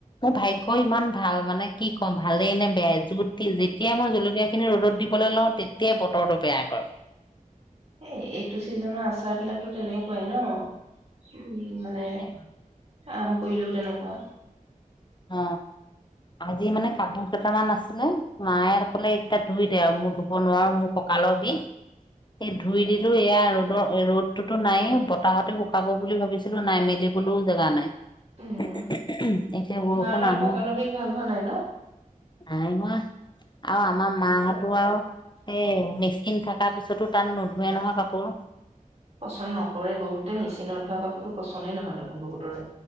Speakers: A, on the left; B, on the right.
A: মোৰ ভাগ্য ইমান ভাল মানে কি কম ভালেই নে বেয়া‌ই <unintelligible> যেতিয়া মই জলকীয়া খিনি ৰ'দত দিম লওঁ তেতিয়াই বতৰটো বেয়া কৰে
B: এ এইটো চিজনৰ আচাৰ বিলাকতো তেনেকুৱাই ন উম মানে
A: উপায় নাই আৰু।
B: আম কৰিলেও তেনেকুৱা
A: অ আজি মানে কাপোৰ কেইটামান আছিলে মায়ে কলে এইকেইটা ধুই দে আৰু মোৰ ধুব নোৱাৰো মোৰ কঁকালৰ বিষ স ধুই দিলো এয়া ৰ'দৰ ৰ'দটোোতো নাই বতাহতে শুকাব বুলি ভাবিছিলো নাই মেলিবলৈও জেগা নাই
B: উম
A: <unintelligible> বৰষুণ
B: মাৰাৰ
A: আহো
B: কঁকালৰ বিষ ভাল হোৱা নাই ন
A: নাই ন আৰু আমাৰ মাহতো
B: কি কবা
A: আৰু সেই মে চিন থকাৰ পিছতো তাত নোধোৱে নহয় কাপোৰ
B: পচন্দ নকৰে বহুতে মেচিনত ধোৱা কাপোৰতো পচন্দই নহয় দেখোন বহুতৰে